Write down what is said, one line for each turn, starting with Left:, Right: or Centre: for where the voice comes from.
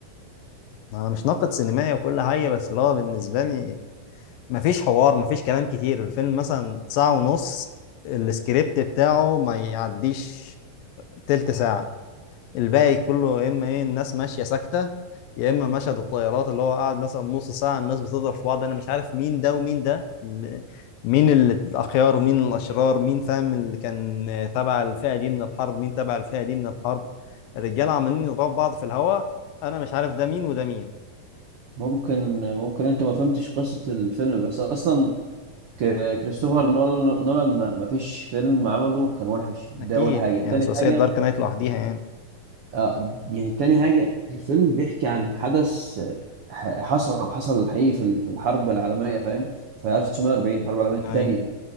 Left: أنا مش ناقد سينمائي وكل حاجة بس اللي هو بالنسبة لي مفيش حوار مفيش كلام كتير الفيلم مثلا ساعة ونص السكريبت بتاعه ما يعديش تلت ساعة الباقي كله يا إما إيه الناس ماشية ساكتة يا إما مشهد الطيارات اللي هو قاعد مثلا نص ساعة الناس بتضرب في بعض أنا مش عارف مين ده ومين ده ال- مين الأخيار مين الأشرار مين فاهم اللي كان تبع الفئة دي من الحرب مين تبع الفئة دي من الحرب الرجالة عمالين يضربوا في بعض في الهواء أنا مش عارف ده مين وده مين
Right: ممكن ممكن انت ما فهمتش قصة الفيلم بس اصلا ك- كريستوفر نول- نولان ما ما فيش فيلم عمله كان وحش ده
Left: أكيد
Right: اول حاجة تاني
Left: يعني ثلاثية
Right: حاجة
Left: دارك نايت لوحديها يعني
Right: آه يعني تاني حاجة الفيلم بيحكي عن حدث ح- حصل حصل حقيقي في ال- في الحرب العالمية فاهم في 1940 الحرب العالمية
Left: يعني
Right: التانية